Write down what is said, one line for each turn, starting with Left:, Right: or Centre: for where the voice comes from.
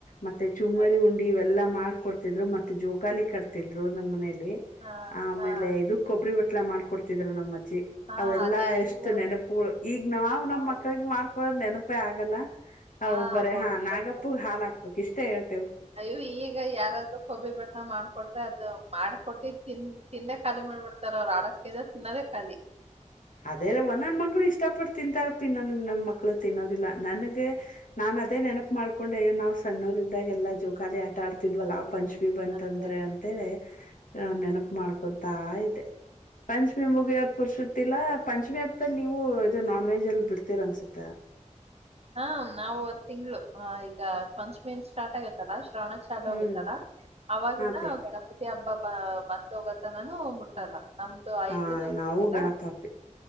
Left: ಮತ್ತೆ ಚುಮರಿ
Right: ಅದೇ
Left: ಉಂಡಿ ಇವೆಲ್ಲಾ ಮಾಡ. ಕೊಡ್ತಿದ್ರು ಮತ್ ಜೋಕಾಲಿ ಕಟ್ತಿದ್ರು ನಮ್ಮ್ ಮನೆ.
Right: ಹಾ
Left: ಆಮೇಲೆ
Right: ಹಾ
Left: ಇದು ಕೊಬ್ಬರಿ ಬಟ್ಲ ಮಾಡ್ಕೊಡ್ತಿದ್ರ ನಮ್ ಅಜ್ಜಿ
Right: ಹಾ
Left: ಅವೆಲ್ಲಾ
Right: ಅದು
Left: ಎಷ್ಟ.
Right: ಈಗ
Left: ಅಷ್ಟು ನೆನಪು ಈಗ ನಾವು
Right: ಹೌದು
Left: ನಮ್ಮ ಮಕ್ಳಿಗೆ ಮಾಡ್ಕೊಳೋದು ನೆನಪೇ ಆಗಲ್ಲ. ಹೌಬರ
Right: ಹಾ ಅವಾಗ
Left: ಹಾ
Right: ಗೊತ್ತಾಗ್ತದೆ
Left: ನಾಗಪ್ಪಗ್ ಹಾಲ ಹಾಕ್ಬೇಕಕ್ ಇಷ್ಟ ಹೇಳ್ತೆೇವು.
Right: ಅಯ್ಯೋ ಈಗ ಯಾರಾದ್ರೂ ಕೊಬ್ರಿ ಬಾಟ್ಲಾ ಮಾಡ್ಕೊಟ್ಟ. ಅದು ಮಾಡ್ಕೊಟ್ಟು ತಿನ್ ತಿನ್ನೇ ಖಾಲಿ ಮಾಡ್ಬಿಡ್ತಾರ ಅವ್ರು ಆಡಸ್ಕ ತಿನ್ನೋದೇ ಖಾಲಿ.
Left: ಅದೇ ಒಂದೊಂದ ಮಕ್ಳು ಇಷ್ಟಪಟ್ಟ ತಿಂತಾರಪ್ಪಿ ಇನ್ನೊ ಇನ್ನೊ
Right: ಹಾ
Left: ಮಕ್ಳು ತಿನ್ನೋದಿಲ್ಲ ನನ್. ನಾನ್ ಅದೇ ನೆನಪ ಮಾಡ್ಕೊಂಡು ನಾವ್ ಸಣ್ಣವರ್ ಇದ್ದಾಗ ಎಲ್ಲಾ ಜೋಕಾಲಿ ಆಟ ಆಡ್ತಿದ್ವಲ್ಲಾ ಪಂಚ. ಬಂತಂದ್ರೆ
Right: ಅದೇ ಅದೇ
Left: ಅಂತೇಳಿ. ಆ ನೆನಪು ಮಾಡ್ಕೊತಾ ಇದ್ದೆ ಪಂಚಮಿ ಮುಗ್ಯೋದ್ ಪುರುಷ. ಗತ್ತಲ್ಲಾ ಪಂಚಮಿ ಹತ್ತಲ್ಲಿ ನೀವು ಇದು ನಾನ್ ವೆಜ್ ಅಲ್ಲಿ ಬಿಡ್ತೀರ ಅನ್ಸತ್ತ.
Right: ಹಾ ನಾವು ಒಂದ್ ತಿಂಗ್ಗಳು ಈಗ ಪಂಚಮಿ ಏನ್ ಸ್ಟಾರ್ಟ್ ಆಗತ್ತಲ್ಲ. ಶ್ರಾವಣ ಚಾಲೂ
Left: ಹ್ಮ್
Right: ಆಗುತ್ತಲ್ಲ ಅವವಾಗಿಂದ
Left: ಹಾ ಪಿ
Right: ಗಣಪತಿ ಹಬ್ಬ ಬ ಬಂದ ಹೋಗೋತನಾನು ಮುಟ್ಟಲ್ಲ. ನಮ್ದು
Left: ಹ
Right: ಐದಿನ ಇಡ್ತೆವಲ್ಲ
Left: ನಾವು ಗಣಪ ಪಿ